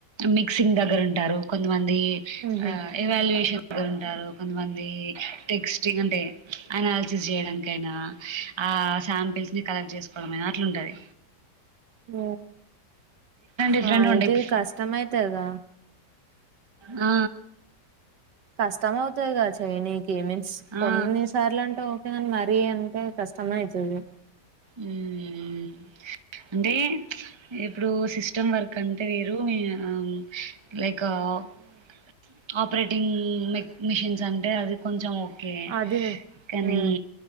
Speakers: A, on the right; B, on the right.
A: మిక్సింగ్ దగ్గర ఉంటారు కొంతమంది ఈ
B: ఉహు
A: ఆ ఇవాల్యూయేషన్ ఉంటారు కొంతమంది టెక్స్ట్ంగ్ అంటే అనాలిసిస్ చేయడానికైనా ఆ శాంపిల్స్ని కలెక్ట్ చేసుకోవడం అయినా అట్లుంటాది
B: హ్మ్ సో
A: డిఫరెంట్‌గా
B: అయితే
A: ఉంటాయి. ఇప్పుడు
B: ఇది కష్టం అయితది గా
A: ఆ
B: కష్టమవుతది గా చేయనీకీ ఏమిన్స్ కొన్ని
A: ఆ! ఆ!
B: సార్లు అంటావు హ్మ్ మరీ అంటే కష్ట మైతుంది
A: హ్మ్ అంటే ఇప్పుడు సిస్టమ్ వర్క్ అంటే వేరు ఆ లైక్ కా అప్ ఆపరేటింగ్ మె మిషన్స్ అంటే అవి కొంచెం ఓకే
B: అది
A: కానీ
B: ఉమ్